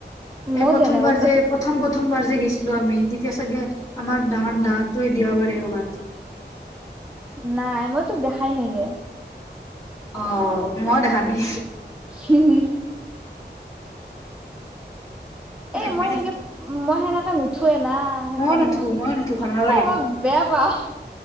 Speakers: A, in the centre; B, on the left (about 15°).
A: মই
B: এই, প্ৰথমবাৰ
A: দিয়া নাই ক'তো
B: যে, প্ৰথম প্ৰথমবাৰ যে গৈছিলো আমি, তেতিয়া চাগে আমাৰ ডাঙৰ-ডাঙৰটোৱে দিয়া পাৰে, কৰ'বাত।
A: নাই, মই তোক দেখাই নাই দে।
B: অ', মই দেখা নাই।
A: হম। এ,
B: দেখবি
A: মই সেনকে
B: দে
A: মই সেনেকে নুঠ য়ে না সেইকাৰণে,
B: ময়ো নুঠো ময়ো নুঠো ভাল নালাগে।
A: এ মই বেয়া পাওঁ।